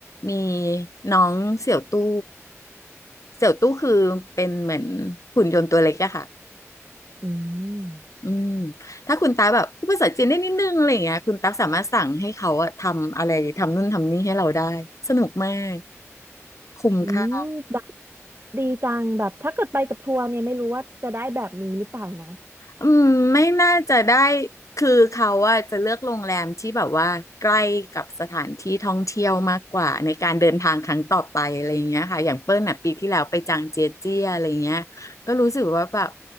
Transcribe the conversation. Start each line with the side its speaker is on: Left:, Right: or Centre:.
Left: มีน้องเสี่ยวตู้เสี่ยวตู้คือเป็นเหมือนหุ่นยนต์ตัวเล็กอะค่ะ
Right: อืม
Left: อืมถ้าคุณตาแบบพูดภาษาจีนได้นิดนึงอะไรอย่างเงี้ยคุณตั๊กสามารถสั่งให้เขาอะทำอะไรทำนู่นทำนี่ให้เราได้สนุกมากคุ้มค่า
Right: อืมแบบดีจังแบบถ้าเกิดไปกับทัวร์เนี่ยไม่รู้ว่าจะได้แบบนี้หรือเปล่านะ
Left: อืมไม่น่าจะได้คือเขาอะจะเลือกโรงแรมที่แบบว่าใกล้กับสถานที่ท่องเที่ยวมากกว่าในการเดินทางครั้งต่อไปอะไรอย่างเงี้ยค่ะอย่างเปิ้ลอะปีที่แล้วไปจางเจียเจี้ยอะไรเงี้ยก็รู้สึกว่าแบบ